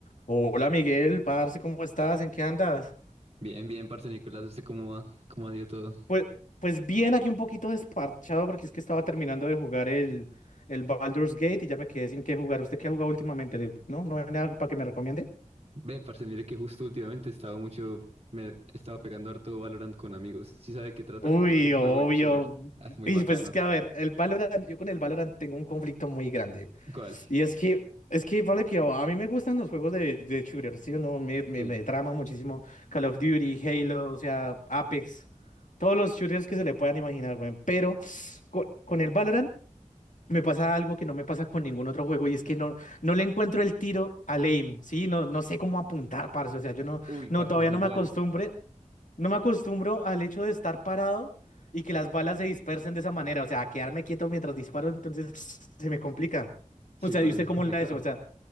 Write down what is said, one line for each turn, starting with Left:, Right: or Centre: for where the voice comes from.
Left: Hola Miguel, parce, ¿cómo estás? ¿En qué andas?
Right: Bien, bien, parce Nicolás, ¿usted cómo va? ¿Cómo ha ido todo?
Left: Pues, pues bien, aquí un poquito desparchado porque es que estaba terminando de jugar el, el Baldur's Gate y ya me quedé sin qué jugar. ¿Usted qué ha jugado últimamente? Le- ¿No? ¿No hay nada para que me recomiende?
Right: Ve, parce, mire que justo últimamente estaba mucho, me estaba pegando harto Valorant con amigos. ¿Sí sabe de qué trata?
Left: Uy,
Right: Es un
Left: obvio.
Right: juego de shooter. Ah, Es muy
Left: Y
Right: bacano.
Left: pues es que, a ver, el Valorant, yo con el Valorant tengo un conflicto muy grande.
Right: ¿Cuál?
Left: Y es que, es que vale que a mí me gustan los juegos de, de shooter, ¿sí o no? Me, me,
Right: Sí.
Left: me trama muchísimo Call of Duty, Halo, o sea, Apex, todos los shooters que se le puedan imaginar, güey. Pero co- con, el Valorant me pasa algo que no me pasa con ningún otro juego y es que no, no le encuentro el tiro al aim, ¿sí? No, no sé cómo apuntar, parce, o sea, yo no,
Right: Uy,
Left: no,
Right: parce,
Left: todavía
Right: igual.
Left: no me acostumbré no me acostumbro al hecho de estar parado y que las balas se dispersen de esa manera, o sea, a quedarme quieto mientras disparo, entonces <sniffs> se me complica.
Right: Sí,
Left: O sea,
Right: parce,
Left: ¿y usted
Right: es
Left: cómo
Right: complicado.
Left: le da eso? O sea,